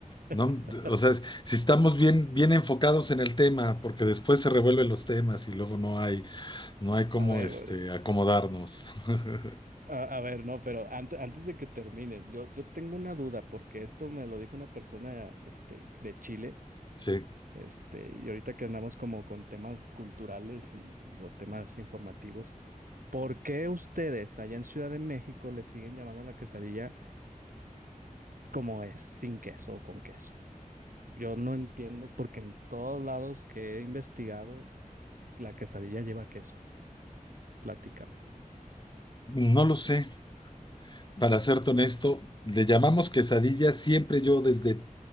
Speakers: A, on the left; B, on the right.
A: No,
B: <laughs>
A: o sea, si estamos bien, bien enfocados en el tema, porque después se revuelven los temas y luego no hay, no hay cómo,
B: A ver,
A: este,
B: bueno,
A: acomodarnos. <laughs>
B: a, a ver, no, pero antes, antes de que termine, yo, yo tengo una duda, porque esto me lo dijo una persona este, de Chile.
A: Sí.
B: Este, y ahorita que andamos como con temas culturales y, o temas informativos, ¿por qué ustedes allá en Ciudad de México le siguen llamando a la quesadilla como es, sin queso o con queso? Yo no entiendo porque en todos lados que he investigado, la quesadilla lleva queso. Platícame.
A: No lo sé. Para serte honesto, le llamamos quesadilla. Siempre yo desde,